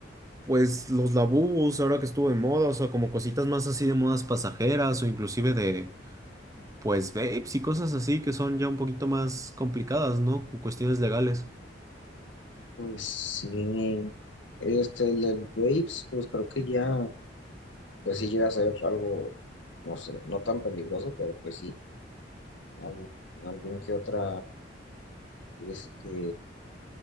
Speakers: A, on the right; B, on the left.
A: pues, los labubus, ahora que estuvo de moda, o sea, como cositas más así de modas pasajeras o inclusive de, pues, vapes y cosas así que son ya un poquito más complicadas, ¿no? Con cuestiones legales.
B: Pues sí, este, el del Waves, pues creo que ya, pues sí llega a ser algo, no sé, no tan peligroso, pero pues sí, algo, algún que otra, este,